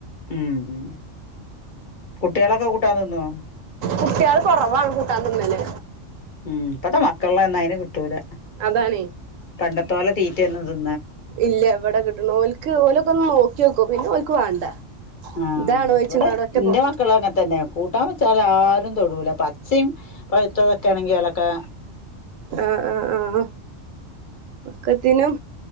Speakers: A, on the left (about 50°); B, on the right (about 85°).
A: മൂ മൂ കുട്ടികളൊക്കെ കൂട്ടാൻ തിന്നോ
B: കുട്ടികള് കുറവാണ് കൂട്ടാൻ തിന്നല്
A: മൂ ഇപ്പത്തെ മക്കൾ മക്കളെ ഒന്ന് അയിന് കിട്ടുല
B: അതാണേ
A: പണ്ടത്തെ തോല തീറ്റ <unintelligible>
B: ഇല്ല ഇവിടെ കിട്ടുണോൽക് ഓലക്കൊന്ന് നോക്കി കും പിന്നെ ഓല്ക്ക് വേണ്ട
A: ആഹ
B: ഇതാണോയിച്ചും
A: ഇവിടെ
B: കാണ്ട് ഒറ്റ
A: ന്റെ
B: പോ
A: മക്കൾ അങ്ങനെത്തന്നെ കൂട്ടാൻ വെച്ചാ ആർ തൊടൂല പ ചെം പയ്ത്ത ട്ടാണങ്കി ഓലക്കെ
B: ആഹ ആഹ ആഹ ഒക്കത്തിനും